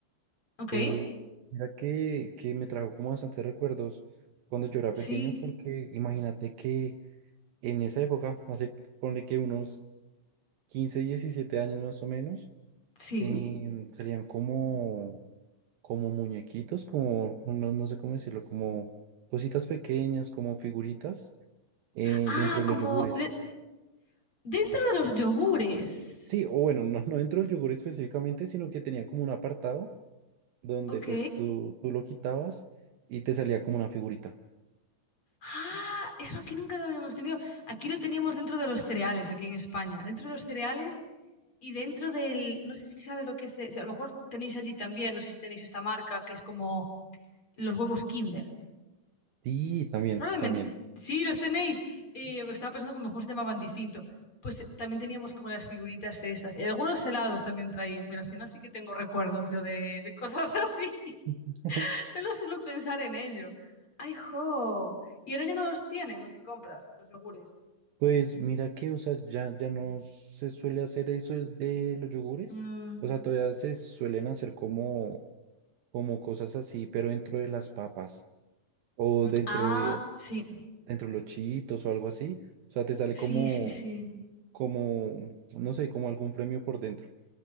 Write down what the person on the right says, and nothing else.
Eh, mira que, que me trajo como bastantes recuerdos cuando yo era
pequeño, porque imagínate que en esa época, hace ponle que unos 15 17 años más o menos,
em, salían como, como muñequitos, como, no, no sé cómo decirlo, como cositas pequeñas, como figuritas eh,
dentro de
los yogures.
Sí, o bueno, no, no entró el yogur específicamente, sino que tenía como un apartado donde
pues tú, tú lo quitabas y te salía como una figurita.
Y también,
también.
<laughs>
Pues mira que, o sea, ya, ya no se suele hacer eso el de los yogures.
O sea, todavía se suelen hacer como, como cosas así, pero dentro de las papas o
dentro
de,
dentro de los chitos o algo así. O sea, te sale
como,
como, no sé, como algún premio por dentro.